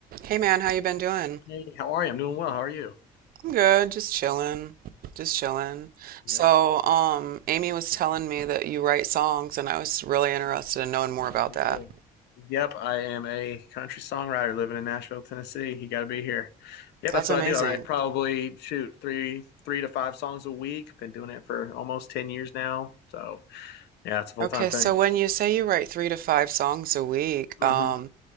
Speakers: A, on the right; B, on the left.
A: Hey man, how you been doing?
B: Hey, how are you? I'm doing well. How are you?
A: I'm good, just chilling, just chilling.
B: Yep,
A: So, um, Amy was telling me that you write songs, and I was really interested in knowing more about
B: I do.
A: that.
B: Yep, I am a country songwriter living in Nashville, Tennessee. You got to be here. Yep,
A: That's
B: that's what
A: amazing.
B: I do. I write probably shoot three, three to five songs a week. Been doing it for almost ten years now. So yeah, it's a full
A: Okay,
B: time thing.
A: so when you say you write three to five songs a week,
B: hmm
A: um,